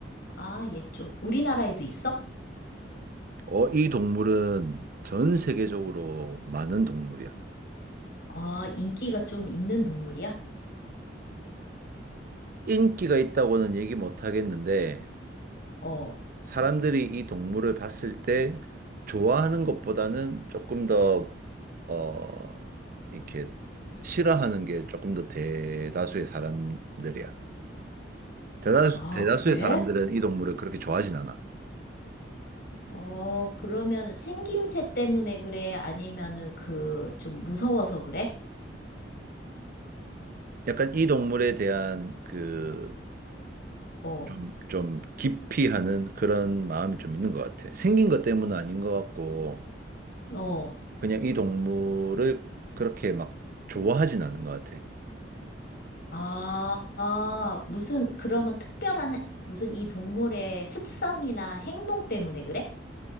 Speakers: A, on the left; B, on the right.
A: 아, 얘 좀, 우리나라에도 있어?
B: 어, 이 동물은 전 세계적으로 많은 동물이야.
A: 아, 인기가 좀 있는 동물이야?
B: 인기가 있다고는 얘기 못 하겠는데,
A: 어,
B: 사람들이 이 동물을 봤을 때 좋아하는 것보다는 조금 더, 어, 이렇게 싫어하는 게 조금 더 대다수의 사람들이야. 대다수,
A: 아,
B: 대다수의
A: 그래?
B: 사람들은 이 동물을 그렇게 좋아하진 않아.
A: 어, 그러면 생김새 때문에 그래? 아니면은 그, 좀 무서워서 그래?
B: 약간 이 동물에 대한 그,
A: 어,
B: 좀, 좀 깊이 하는 그런 마음이 좀 있는 것 같아. 생긴 것 때문은 아닌 것 같고,
A: 어.
B: 그냥 이 동물을 그렇게 막 좋아하진 않은 것 같아.
A: 아, 아, 무슨, 그러면 특별한, 해- 무슨 이 동물의 습성이나 행동 때문에 그래?